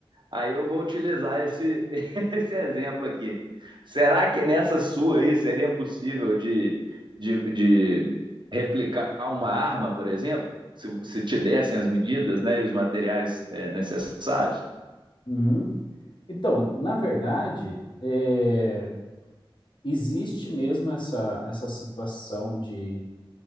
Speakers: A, on the right (about 55°); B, on the left (about 55°).
A: Aí eu vou utilizar esse, <laughs> esse exemplo aqui. Será que nessa sua aí seria possível de, de, de replicar uma arma, por exemplo? Se, se te dessem as medidas, né, e os materiais é, necessários?
B: uhum. Então, na verdade, é, existe mesmo essa, essa situação de.